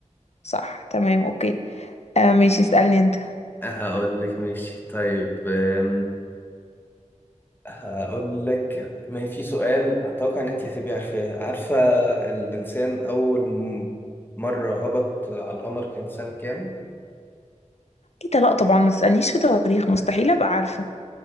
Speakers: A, on the left; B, on the left.
A: صح تمام اوكي أه، ماشي اسألني انت
B: هقول لك ماشي طيب أم، هقول لك ما هي في سؤال أتوقع إن أنت هتبقي عارفاه عارفة الإنسان أول م- مرة هبط على القمر كان سنة كام؟
A: ايه ده لا طبعا ما تسألنيش في تواريخ مستحيل ابقى عارفة